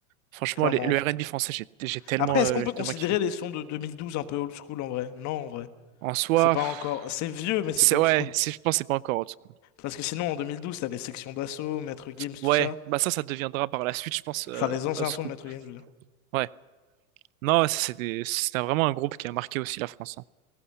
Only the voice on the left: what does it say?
Clairement.
Après,
est-ce qu'on peut
considérer
les sons de 2012 un peu old school en vrai? Non, en vrai.
C'est pas
encore. C'est vieux, mais c'est
pas
old school.
Parce que sinon, en 2012, t'avais Section d'Assaut, Maître Gims, tout
ça.
Enfin, les anciens
sons de Maître Gims, je veux dire.